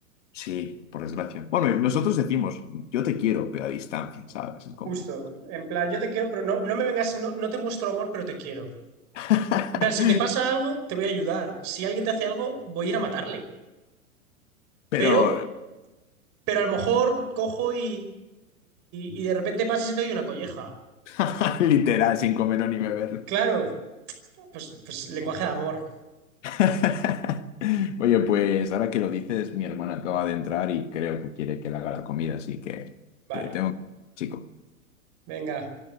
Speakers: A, on the left (about 55°); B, on the right (about 40°).
A: sí, por desgracia. Bueno, y nosotros decimos, yo te quiero, pero a distancia, ¿sabes? Es como...
B: Justo, en plan, yo te quiero, pero no, no me vengas, no, no te muestro amor, pero te quiero.
A: <laughs>
B: En plan, si te pasa algo, te voy a ayudar. Si alguien te hace algo, voy a ir a matarle.
A: Pero
B: Pero, pero a lo mejor cojo y, y de repente pasas y te doy una colleja.
A: <laughs> literal, sin comer ni beber.
B: Claro, pues, pues lenguaje de amor.
A: <laughs> Oye, pues ahora que lo dices, mi hermana acaba de entrar y creo que quiere que le haga la comida, así que
B: vale,
A: te tengo, chico,
B: venga.